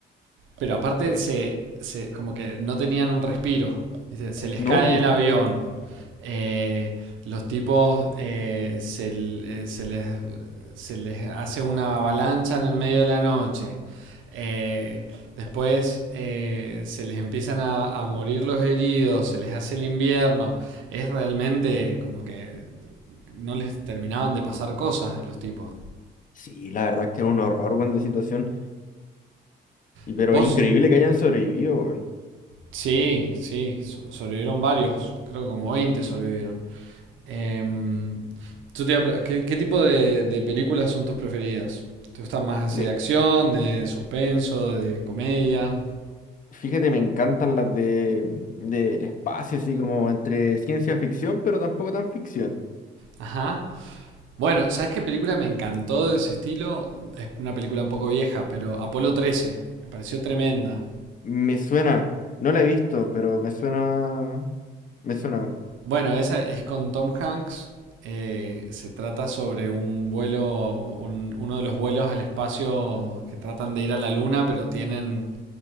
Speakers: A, on the right; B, on the left.
A: pero aparte
B: de,
A: se,
B: es-
A: se- como que no tenían un respiro. ¿viste? Se les
B: No,
A: cae
B: pues.
A: el avión. eh, los tipos eh, se, eh, se les, se les hace una avalancha en el medio de la noche. eh, después eh, se les empiezan a, a morir los heridos, se les hace el invierno. Es realmente como que no les terminaban de pasar cosas a los tipos.
B: Sí, la verdad es que era un horror, weón, de situación. Y pero
A: Vos,
B: increíble que hayan sobrevivido, weón.
A: sí, sí, so- sobrevivieron varios, creo que como 20 sobrevivieron. Em, yo te iba a ¿qué, qué tipo de, de películas son tus preferidas? ¿Te gustan más así
B: Me...
A: de acción, de suspenso, de comedia?
B: Fíjate, me encantan las de del espacio, así como entre ciencia ficción, pero tampoco tan ficción.
A: Ajá. Bueno, ¿sabes qué película me encantó de ese estilo? Es una película un poco vieja, pero Apolo 13, me pareció tremenda.
B: Me suena, no la he visto, pero me suena. Me suena, weón.
A: Bueno, esa es con Tom Hanks. eh, se trata sobre un vuelo, un- uno de los vuelos al espacio que tratan de ir a la luna, pero tienen,